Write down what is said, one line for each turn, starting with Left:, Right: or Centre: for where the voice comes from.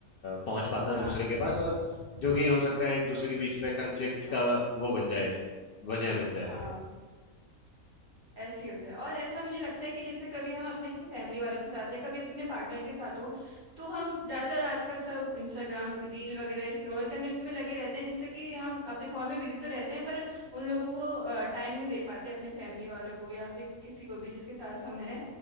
Left: पहुंच पाता
Right: हाँ
Left: दूसरे के पास और जो कि हो सकता है एक दूसरे के बीच में कन्फ्लिक्ट का वो बन जाए वजह बन जाए
Right: हाँ ऐसे ही होता है और ऐसा मुझे लगता है कि जैसे कभी हम अपने फैमिली वालों के साथ या कभी अपने पार्टनर के साथ हो तो हम ज्यादातर आजकल सब इंस्टाग्राम रील वगैरह स्क्रॉल करने में लगे रहते हैं जिससे कि हम अपने फोन में बिजी तो रहते हैं पर उन लोगों को टाइम नहीं दे पाते अपने फैमिली वालों को या फिर किसी को भी जिसके साथ हम हैं